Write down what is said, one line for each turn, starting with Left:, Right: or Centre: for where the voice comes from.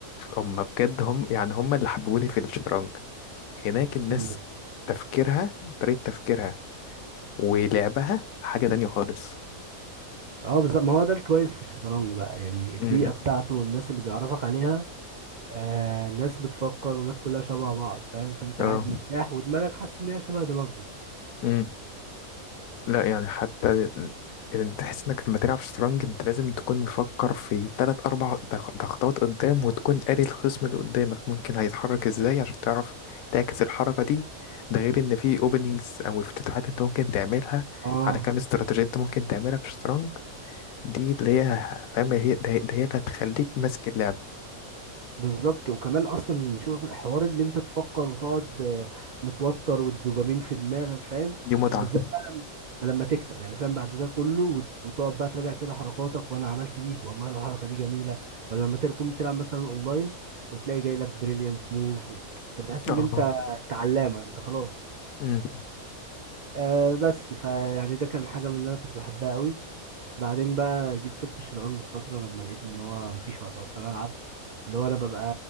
Left: هم بجد هم يعني هم اللي حببوني في الشطرنج هناك الناس
Right: مم.
Left: تفكيرها طريقة تفكيرها ولعبها حاجة تانية خالص
Right: اه بالظبط ما هو ده الكويس في الشطرنج بقى يعني البيئة
Left: امم
Right: بتاعته والناس اللي بيعرفك عليها آه ناس بتفكر والناس كلها شبه بعض فاهم فانت
Left: اه
Right: قاعد مرتاح ودماغك حاسس ان هي شبه دماغهم
Left: امم لا يعني حتى انت تحس انك لما تلعب شطرنج انت لازم تكون مفكر في تلات اربع تخ- تخطوات قدام وتكون قاري الخصم اللي قدامك ممكن هيتحرك ازاي عشان تعرف تعكس الحركة دي ده غير ان في اوبننجز او افتتاحات انت ممكن تعملها
Right: اه
Left: على كام استراتيجية انت ممكن تعملها في الشطرنج دي اللي هي فاهم هي ده هي ده هي اللي هتخليك ماسك اللعبة
Right: بالظبط وكمان اصلا شغل حوار اللي انت تفكر وتقعد آه، متوتر والدوبامين في دماغك فاهم
Left: دي متعة
Right: وبالذات بقى لما لما تكسب يعني فاهم بعد ده كله وت- وتقعد بقى تراجع كده حركاتك وانا عملت دي والله الحركه دي جميله ولا لما تكون بتلعب مثلا اونلاين وتلاقي جاي لك بريليانت موف انت بتحس ان
Left: اه
Right: انت انت علامه انت خلاص
Left: امم
Right: آه بس فيعني ده كان حاجه من اللي انا كنت بحبها قوي بعدين بقى جيت سبت الشطرنج في فترة لما لقيت ان هو مفيش وقت اصلا العب اللي هو انا ببقى